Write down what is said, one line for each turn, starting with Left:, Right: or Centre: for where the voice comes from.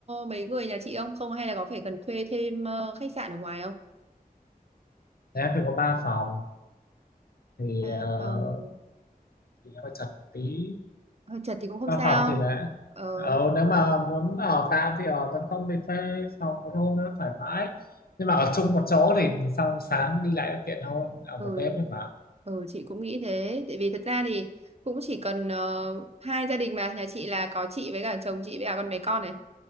Right: mấy người nhà chị không? Không hay là có phải cần thuê thêm ờ, khách sạn ở ngoài không?
Left: thế em phải có ba phòng thì
Right: À,
Left: uh,
Right: phòng
Left: thì em phải chật một tí
Right: hơi chật thì cũng không
Left: văn
Right: sao.
Left: phòng thì là
Right: Ờ,
Left: ờ, nếu mà muốn ở tạm thì ở tấn không thì thuê phòng một hôm nữa thoải mái nhưng mà ở chung một chỗ thì sau sáng đi lại tiện hơn ở
Right: ừ,
Left: một đêm nhưng mà
Right: ừ, chị cũng nghĩ thế. Tại vì thật ra thì cũng chỉ cần ờ, hai gia đình mà. Nhà chị là có chị với cả chồng chị với cả con bé con này.